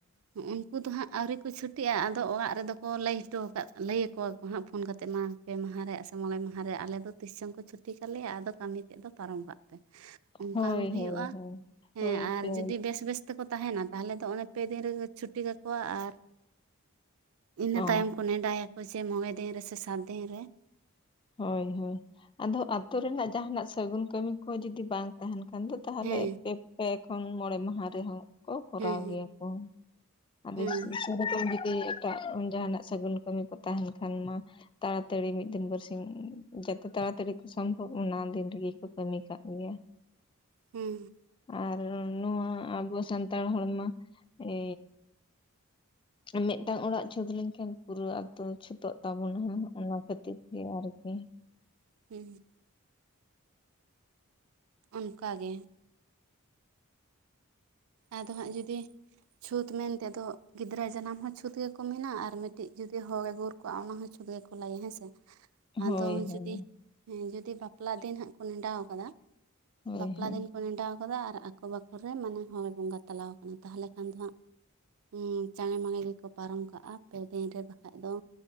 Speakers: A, on the right; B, on the left.
A: ᱦᱩᱸ ᱩᱱᱠᱩ ᱫᱚ ᱦᱟᱸᱜ ᱟᱹᱣᱨᱤ ᱠᱚ ᱪᱷᱩᱴᱤᱜ-ᱟ ᱟᱫᱚ ᱚᱲᱟᱜ ᱨᱮᱫᱚ ᱠᱚ ᱞᱟᱹᱭ ᱦᱚᱴᱚ ᱟᱠᱟᱫ ᱞᱟᱹᱭ ᱟᱠᱚᱣᱟ ᱠᱚ ᱦᱟᱸᱜ ᱯᱷᱳᱱ ᱠᱟᱛᱮᱫ ᱢᱟ ᱯᱮ ᱢᱟᱦᱟ ᱨᱮᱭᱟᱜ ᱥᱮ ᱢᱚᱬᱮ ᱢᱟᱦᱟ ᱨᱮ ᱟᱞᱮ ᱫᱚ ᱛᱤᱥ ᱪᱚᱝ ᱠᱚ ᱪᱷᱩᱴᱤ ᱠᱟᱞᱮᱭᱟ ᱟᱫᱚ ᱠᱟᱹᱢᱤ ᱛᱮᱫ ᱫᱚ ᱯᱟᱨᱚᱢ ᱠᱟᱜ ᱯᱮ, ᱚᱱᱠᱟ
B: ᱦᱳᱭ
A: ᱦᱚᱸ ᱦᱩᱭᱩᱜ-ᱟ
B: ᱦᱳᱭ ᱦᱳᱭ ᱦᱳᱭ
A: ᱦᱮᱸ ᱟᱨ
B: ᱛᱚ
A: ᱡᱩᱫᱤ ᱵᱮᱥ ᱵᱮᱥ ᱛᱮᱠᱚ ᱛᱟᱦᱮᱱᱟ ᱛᱟᱦᱚᱞᱮ ᱫᱚ ᱚᱱᱮ ᱯᱮ ᱫᱤᱱ ᱨᱮᱜᱮ ᱪᱷᱩᱴᱤ ᱠᱟᱠᱚᱣᱟ ᱟᱨ ᱤᱱᱟᱹ
B: ᱚ
A: ᱛᱟᱭᱚᱢ ᱠᱚ ᱱᱮᱰᱟᱭ ᱟᱠᱚ ᱪᱮ ᱢᱚᱬᱮ ᱫᱤᱱ ᱨᱮᱥᱮ ᱥᱟᱛ ᱫᱤᱱ ᱨᱮ,
B: ᱦᱳᱭ ᱦᱳᱭ ᱟᱫᱚ ᱟᱛᱳ ᱨᱮᱱᱟᱜ ᱡᱟᱦᱟᱱᱟᱜ ᱥᱟᱹᱜᱩᱱ ᱠᱟᱹᱢᱤ ᱠᱚ ᱡᱩᱫᱤ ᱵᱟᱝ ᱛᱟᱦᱮᱱ ᱠᱷᱟᱱ ᱫᱚ, ᱛᱟᱦᱚᱞᱮ
A: ᱦᱮᱸ
B: ᱯᱮ ᱯᱮ ᱠᱷᱚᱱ ᱢᱚᱬᱮ ᱢᱟᱦᱟ ᱨᱮᱦᱚᱸ, ᱠᱚ ᱠᱚᱨᱟᱣ
A: ᱦᱮᱸ
B: ᱜᱮᱭᱟ ᱠᱚ <unintelligible>
A: ᱦᱮᱸ
B: <unintelligible> ᱮᱴᱟᱜ ᱡᱟᱦᱟᱱᱟᱜ ᱥᱟᱹᱜᱩᱱ ᱠᱟᱹᱢᱤ ᱠᱚ ᱛᱟᱦᱮᱱ ᱠᱷᱟᱱ ᱢᱟ ᱛᱟᱲᱟᱛᱟᱹᱲᱤ ᱢᱤᱫ ᱫᱤᱱ ᱵᱟᱹᱨᱥᱤᱧ ᱡᱚᱛᱚ ᱛᱟᱲᱟᱛᱟᱹᱲᱤ ᱠᱚ ᱥᱚᱢᱵᱷᱚᱵᱽ ᱚᱱᱟ ᱫᱤᱱ ᱨᱮᱜᱮ ᱠᱚ ᱠᱟᱹᱢᱤ ᱠᱟᱜ ᱜᱮᱭᱟ ᱾
A: ᱦᱩᱸ
B: ᱟᱨ ᱱᱚᱣᱟ ᱟᱵᱚ ᱥᱟᱱᱛᱟᱲ ᱦᱚᱲᱢᱟ ᱮ ᱢᱤᱫᱴᱟᱹᱝ ᱚᱲᱟᱜ ᱪᱷᱩᱛ ᱞᱮᱱᱠᱷᱟᱱ ᱯᱩᱨᱟᱹ ᱟᱛᱳ ᱪᱷᱩᱛ, ᱛᱚᱜ ᱛᱟᱵᱚᱱ ᱦᱚᱸ ᱚᱱᱟ ᱠᱷᱟᱹᱛᱤᱨ ᱜᱮ ᱟᱨᱠᱤ,
A: ᱦᱩᱸ ᱚᱱᱠᱟ ᱜᱮ ᱟᱫᱚ ᱦᱟᱸᱜ ᱡᱩᱫᱤ ᱪᱷᱩᱛ ᱢᱮᱱᱛᱮ ᱫᱚ ᱜᱤᱫᱽᱨᱟᱹ ᱡᱟᱱᱟᱢ ᱦᱚᱸ ᱪᱷᱩᱛ ᱜᱮᱠᱚ ᱢᱮᱱᱟ ᱟᱨ ᱢᱤᱫᱴᱤᱡ ᱡᱩᱫᱤ ᱦᱚᱲ ᱮ ᱜᱩᱨ ᱠᱚᱣᱟᱜ ᱚᱱᱟ ᱦᱚᱸ ᱪᱷᱩᱛ ᱜᱮᱠᱚ ᱞᱟᱹᱭᱟ ᱦᱮᱸ ᱥᱮ, ᱟᱫᱚ
B: ᱦᱳᱭ ᱦᱳᱭ
A: ᱡᱩᱫᱤ ᱡᱩᱫᱤ ᱵᱟᱯᱞᱟ ᱫᱤᱱ ᱦᱟᱸᱜ ᱠᱚ ᱱᱮᱰᱟ ᱣᱟᱠᱟᱫᱟ
B: ᱦᱳᱭ
A: ᱵᱟᱯᱞᱟ
B: ᱦᱳᱭ
A: ᱫᱤᱱ ᱠᱚ ᱱᱮᱰᱟᱣ ᱟᱠᱟᱫᱟ ᱟᱨ ᱟᱠᱚ ᱵᱟᱠᱷᱩᱞ ᱨᱮ ᱢᱟᱱᱮ ᱦᱚᱲ ᱮ ᱵᱚᱸᱜᱟ ᱛᱟᱞᱟᱣ ᱟᱠᱟᱱᱟ ᱛᱟᱦᱚᱞᱮ ᱠᱷᱟᱱ ᱫᱚ ᱦᱟᱸᱜ ᱦᱮᱸ ᱪᱟᱲᱮ ᱢᱟᱲᱮ ᱜᱮᱠᱚ ᱯᱟᱨᱚᱢ ᱠᱟᱜ-ᱟ ᱯᱮ ᱫᱤᱱ ᱨᱮ ᱵᱟᱠᱷᱟᱡ ᱫᱚ